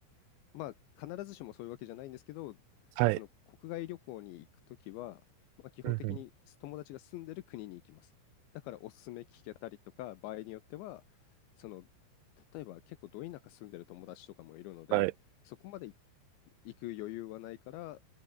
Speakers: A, on the left (about 75°); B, on the right (about 85°).
A: まあ、必ずしもそういうわけじゃないんですけど、
B: あ、はい。
A: その国外旅行に行くときは、まあ、基本的に友達が住んでる国に行きます。
B: うんうん。
A: だからおすすめ聞けたりとか、場合によっては、その、例えば結構ど田舎住んでる友達とかもいるので、
B: はい。
A: そこまで行く余裕はないから、